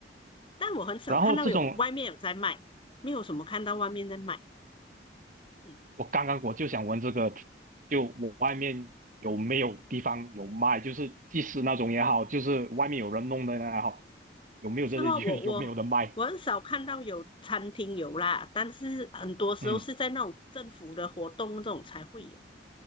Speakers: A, on the left; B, on the right.
A: 但我很少看到有外面有在卖，
B: 然后这种
A: 没有什么看到外面在卖。嗯。
B: 我刚刚我就想问这个，就我外面有没有地方有卖，就是即食那种也好，就是外面有人弄的也好，有没有这些
A: 是吗？
B: <laughs>
A: 我我我很少看到有餐厅有啦，
B: 有没有的卖？
A: 但是很多时候是在那种政府的活动这种才会有。
B: 嗯